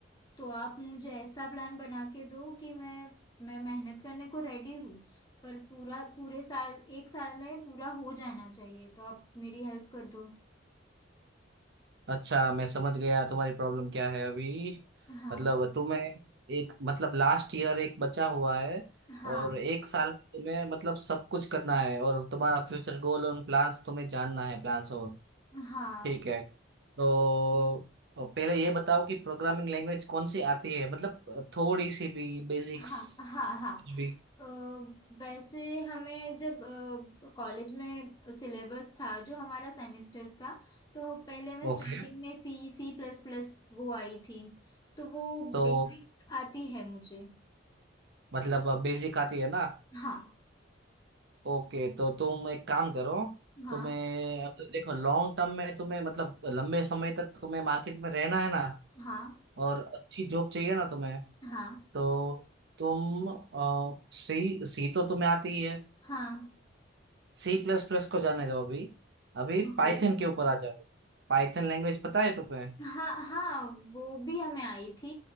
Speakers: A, on the left; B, on the right.
A: तो आप मुझे ऐसा प्लान बना के दो कि मैं मैं मेहनत करने को रेडी हूँ पर पूरा पूरे साल एक साल में पूरा हो जाना चाहिए तो आप मेरी हेल्प कर दो
B: अच्छा मैं समझ गया तुम्हारी प्रॉब्लम क्या है अभी
A: हाँ
B: मतलब तुम्हें एक मतलब लास्ट ईयर एक बचा हुआ है
A: हाँ
B: और एक साल में तुम्हें मतलब सब कुछ करना है और तुम्हारा फ्यूचर गोल और प्लान्स तुम्हें जानना है प्लान्स और
A: हाँ
B: ठीक है तो पहले ये बताओ कि प्रोग्रामिंग लैंग्वेज कौन सी आती है मतलब थोड़ी सी भी बेसिक्स
A: हाँ हाँ हाँ
B: भी
A: अ, वैसे हमें जब कॉलेज में सिलेबस था जो हमारा सेमेस्टर्स का तो पहले हमें स्टार्टिंग
B: ओके
A: में सी सी प्लस प्लस वो आई थी तो वो
B: तो
A: बेसिक आती है मुझे
B: मतलब बेसिक आती है ना
A: हाँ
B: ओके तो तुम एक काम करो
A: हाँ
B: तुम्हें अब देखो लॉन्ग टर्म में तुम्हें मतलब लंबे समय तक तुम्हें मार्केट में रहना है ना
A: हाँ
B: और अच्छी जॉब चाहिए ना तुम्हें
A: हाँ
B: तो तुम सी सी तो तुम्हें आती ही है
A: हाँ
B: सी प्लस प्लस को जाने जाओ अभी अभी
A: ओके
B: पाइथन के ऊपर आ जाओ पाइथन लैंग्वेज पता है तुम्हें
A: हाँ हाँ वो भी हमें आई थी